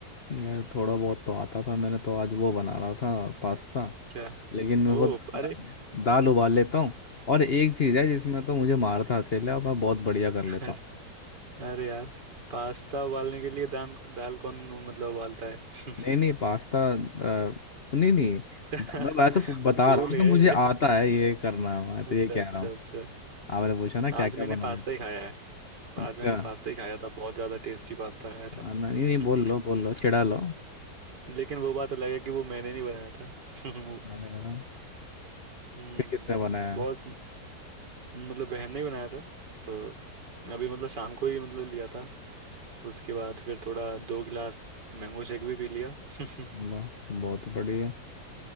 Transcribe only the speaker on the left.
यार थोड़ा बहुत तो आता था मैंने तो आज वो बना रहा था पास्ता
लेकिन मेरे
को दा,
दाल उबाल लेता हूँ और एक चीज़ है जिसमें तो मुझे मारता हसेला है और मैं बहुत बढ़िया कर
लेता हूँ
नहीं नहीं पास्ता अ, नहीं नहीं
मैं मैं तो बता
रहा हूँ
कि मुझे आता है ये करना मैं तो
ये कह
रहा हूँ
आपने पूछा ना क्या
क्या
बना
लेते
हैं।
अच्छा
हाँ, नहीं नहीं
बोल लो बोल लो चिढ़ा लो
मैंने कहा ना
कि किसने बनाया
है?
वाह बहुत बढ़िया